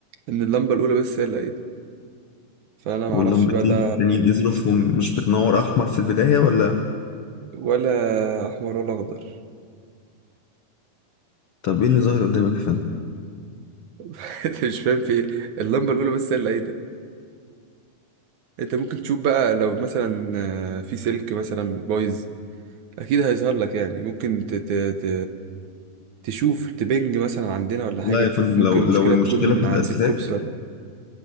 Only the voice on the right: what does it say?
إن اللمبة الأولى بس هي اللي لقيت فأنا
معرفش بقى ده
ولا أحمر ولا أخضر
<laughs> أنت مش فاهم في إيه اللمبة الأولى بس هي اللي لقيت أنت ممكن تشوف بقى لو مثلا آه، في سلك مثلا بايظ أكيد هيظهر لك يعني ممكن ت... ت... ت... تشوف تبنج مثلا عندنا ولا حاجة
تشوف
ممكن
المشكلة
تكون
عند الكوبس ولا